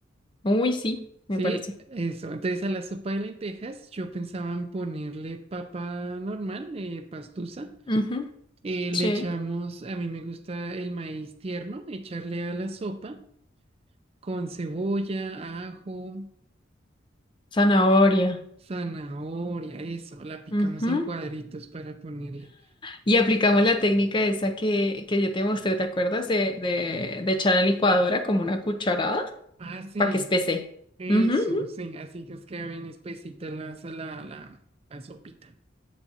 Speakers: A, on the left; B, on the right.
A: Uy, sí,
B: ¿Sí?
A: me parece.
B: Eso. Entonces, a la sopa de lentejas, yo pensaba en ponerle papa normal, eh, pastusa.
A: Ujú,
B: Eh, le
A: Sí,
B: echamos, a mí me gusta el maíz tierno, echarle a la sopa con cebolla, ajo,
A: zanahoria.
B: zanahoria, eso. La picamos
A: Ujú.
B: en cuadritos para ponerle.
A: Y aplicamos la técnica esa que, que yo te mostré, ¿te acuerdas? De, de, de echar en la licuadora como una cucharada
B: Ah, sí,
A: para que espese.
B: eso,
A: Ujú, ujú.
B: sí. Así que os queda bien espesita la, la, la la sopita.